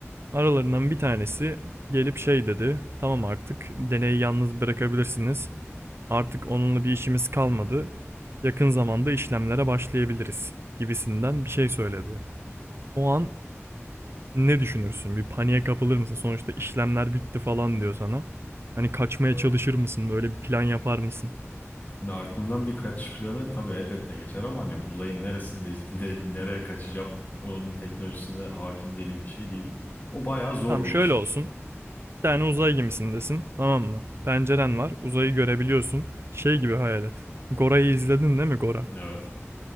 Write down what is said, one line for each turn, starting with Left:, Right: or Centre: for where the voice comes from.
Right: Aralarından bir tanesi gelip şey dedi. Tamam artık deneyi yalnız bırakabilirsiniz. Artık onunla bir işimiz kalmadı. Yakın zamanda işlemlere başlayabiliriz gibisinden bir şey söyledi. O an ne düşünürsün? Bir paniğe kapılır mısın? Sonuçta işlemler bitti falan diyor sana. Hani kaçmaya
Left: Ee,
Right: çalışır mısın? Böyle bir plan yapar mısın?
Left: Şimdi aklımdan bir kaçış planı tabii elbette geçer ama hani uzayın neresindeyiz, <laughs> ne- nereye kaçacağım, onun teknolojisine hakim değilim, bir şey değilim. O bayağı zor
Right: Tamam
Left: bir
Right: şöyle
Left: iş.
Right: olsun. Bir tane uzay gemisindesin. Tamam mı? Penceren var. Uzayı görebiliyorsun. Şey gibi hayal et. Gora'yı izledin değil mi Gora?
Left: Evet.